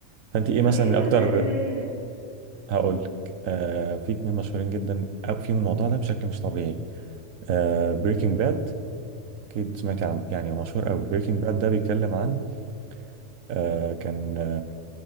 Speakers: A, on the right (about 80°); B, on the right (about 45°).
A: فانت ايه
B: طب
A: مثلا
B: ايه المسلسلات
A: اكتر
B: اللي زي كده
A: هقول لك آه في اتنين مشهورين جدا أو فيهم الموضوع ده بشكل مش طبيعي آه بريكنج باد أكيد سمعتي عنه يعني هو مشهور قوي بريكنج باد ده بيتكلم عن آه كان آه،